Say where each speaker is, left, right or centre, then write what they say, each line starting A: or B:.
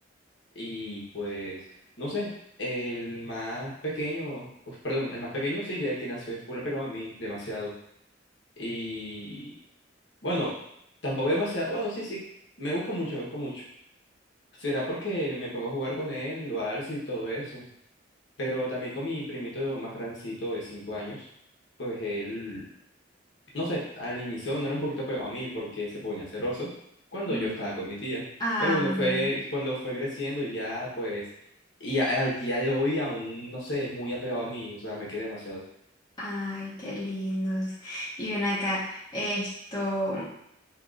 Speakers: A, on the left (about 75°); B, on the left (about 20°).
A: Y pues, no sé, el más pequeño, pues, perdón, el más pequeño sí, desde que nació, fue lo pegado a mí demasiado. Y bueno, tampoco demasiado. Bueno, sí, sí, me busca mucho, me busca mucho. Será porque me pongo a jugar con él, lo alzo y todo eso. Pero también con mi primito más grandecito de cinco años, pues él, no sé, al inicio no era un poquito pegado a mí porque se ponía celoso cuando
B: Mm,
A: yo estaba con mi tía.
B: ándale.
A: Pero bueno, fue cuando fue creciendo ya, pues, y a- al día de hoy aún, no sé, es muy apegado a mí, o sea, me quedé demasiado.
B: Ay, qué lindos. Y ven acá, esto,